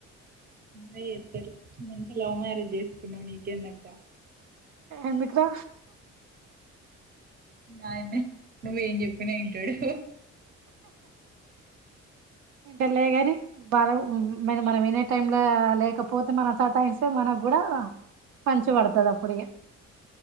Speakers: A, on the right; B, on the right.
A: అయి చెస్తారుంతే లవ్ మ్యారేజ్ చేసుకున్నావు నీకేందక్క
B: ఎందుకో
A: హాయ్ మే నువ్వు ఏం చెప్పిన ఇంటాడు
B: ఇంటాడు లేగాని బాగా మ మనం వినే టైం లో లేక పోతే మనం సత్తాయిస్తే మన గుడా పంచ్ పడుతది అప్పుడిక